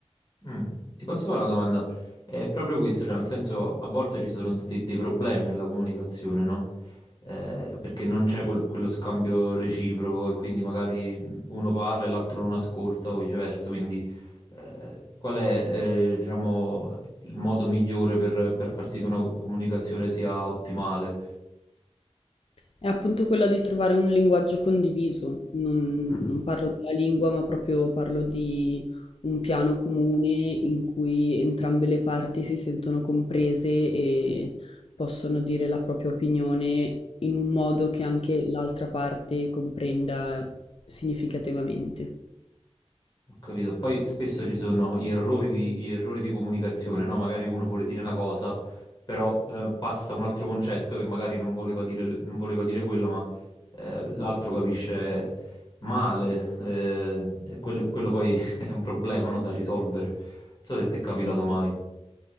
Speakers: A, on the left; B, on the left.
A: Mm. Ti posso fare una domanda? È proprio questo, cioè nel senso a volte ci sono de- dei problemi nella comunicazione, no? Eh, perché non c'è quel- quello scambio reciproco e quindi magari uno parla e l'altro non ascolta o viceversa, quindi eh, qual è eh, diciamo, il modo migliore per, per far sì che una comunicazione sia ottimale?
B: È appunto quella di trovare un linguaggio condiviso. Non,
A: Mm.
B: non parlo della lingua, ma proprio parlo di un piano comune in cui entrambe le parti si sentono comprese e possono dire la propria opinione in un modo che anche l'altra parte comprenda significativamente.
A: Ho capito. Poi spesso ci sono gli errori di, gli errori di comunicazione, no? Magari uno vuole dire una cosa, però eh, passa un altro concetto che magari non voleva dire, non voleva dire quello, ma eh, l'altro capisce male. eh, e quello, quello poi <laughs> è un problema, no? Da risolvere. Non so se ti è capitato
B: Sì.
A: mai.